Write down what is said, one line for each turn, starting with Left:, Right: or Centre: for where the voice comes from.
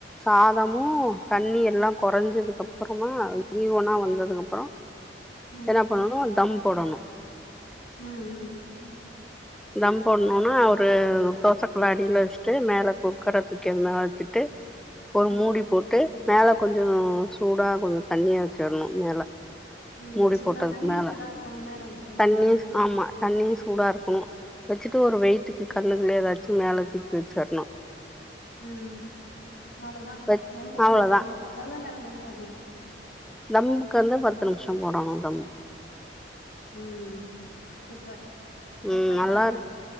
Centre: சாதமு தண்ணி எல்லா கொறஞ்சதுக்கு அப்பறமா ஈவனா வந்ததுக்கு அப்பறொ
Left: ம்
Centre: என்ன பண்ணணு தம் போடணு
Left: ம் ம்
Centre: தம் போட்ணோனா ஒரு தோசக்கல்ல அடியில வச்சுட்டு மேல குக்கர தூக்கி அது மேல் வச்சுட்டு ஒரு
Left: ம்,
Centre: மூடி போட்டு மேல கொஞ்ச சூடா கொஞ்ச தண்ணிய வச்சர்ணு மேல
Left: ம்.
Centre: மூடி
Left: சூடா
Centre: போட்டதுக்கு
Left: தண்ணியும்
Centre: மேல
Left: சூடா இருக்கணும் மேல வைக்கிறது.
Centre: தண்ணி
Left: ஆ.
Centre: ஆமா தண்ணியு சூடா இருக்குணு வெச்சுட்டு
Left: ம்.
Centre: ஒரு வெயிட்டுக்கு கல்லுகளயே ஏதாச்சு மேல தூக்கி வச்சிர்ணு
Left: ம் ம் அவ்ளோதா
Centre: வ
Left: தம் போட்டு
Centre: அவ்ளோதா
Left: எரக்கணு எவ்ளோ நேரொ தம் போட்ணு
Centre: தம்முக்கு வந்து பத்து நிமிஷொ போடணு தம்
Left: ம் சூப்பர் ட்ரை
Centre: ம்
Left: பண்ணி
Centre: நல்லாருக்
Left: பார்க்குறேன்.